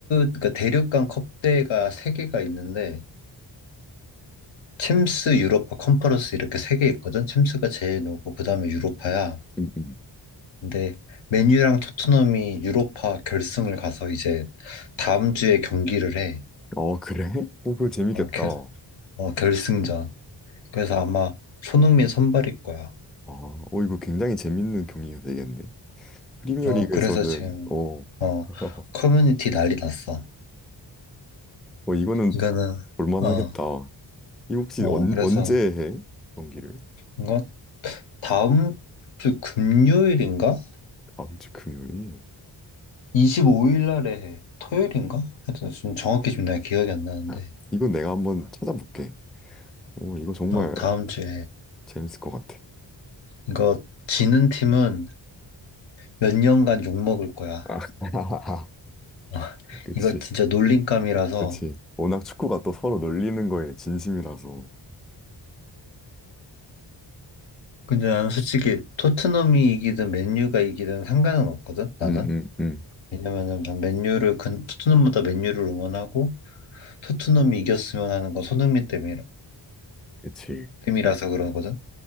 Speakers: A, on the left; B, in the centre.
A: 그니까 대륙간 컵대가 세개가 있는데 챔스, 유로파, 컨퍼런스 이렇게 세 개 있거든. 챔스가 제일 높고 그다음에 유로파야.
B: 음, 음.
A: 근데 맨유랑 토트넘이 유로파 결승을 가서 이제 다음 주에 경기를 해.
B: 어 그래? 어 그거 재밌겠다.
A: 어, 결,
B: 어,
A: 어, 결승전. 그래서 아마 손흥민 선발일 거야.
B: 아, 어 이거 굉장히 재밌는 경기가 되겠네. 프리미어리그에서는
A: 어, 그래서 지금
B: 어,
A: 어,
B: <laughs>
A: 커뮤니티 난리 났어.
B: 어 이거는
A: 이거는
B: 볼만하겠다.
A: 어,
B: 이 혹시
A: 어,
B: 언,
A: 그래서
B: 언제 해? 경기를?
A: 이거 다음 주 금요일인가?
B: 다음 주 금요일.
A: 25일 날에 해. 토요일인가? 하여튼 좀 정확히 지금 내가 기억이 안 나는데
B: 아, 이건 내가 한번 찾아볼게. 어 이거 정말
A: 어, 다음 주에.
B: 재밌을 것 같아.
A: 이거 지는 팀은 몇 년간 욕먹을 거야.
B: 아, <laughs>
A: 어,
B: 그치.
A: 이거 진짜 놀림감이라서.
B: 그치. 워낙 축구가 또 서로 놀리는 거에 진심이라서.
A: 근데 나는 솔직히 토트넘이 이기든 맨유가 이기든 상관은 없거든, 나는.
B: 응, 응, 응.
A: 왜냐면은 난 맨유를, 근, 토트넘보다 맨유를 응원하고 토트넘이 이겼으면 하는 건 손흥민 때문이라,
B: 그치.
A: 때문이라서 그러거든.